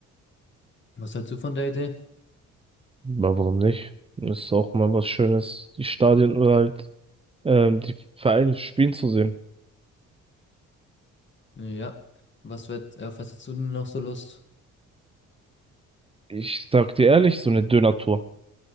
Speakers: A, on the left; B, on the right.
A: Was hältst du von der Idee?
B: Aber warum nicht? Ist auch mal was Schönes, die Stadien oder halt ähm, die Vereine spielen zu sehen.
A: Ja. Was wird, äh, auf was hättest du denn noch so Lust?
B: Ich sag dir ehrlich, so eine Döner-Tour.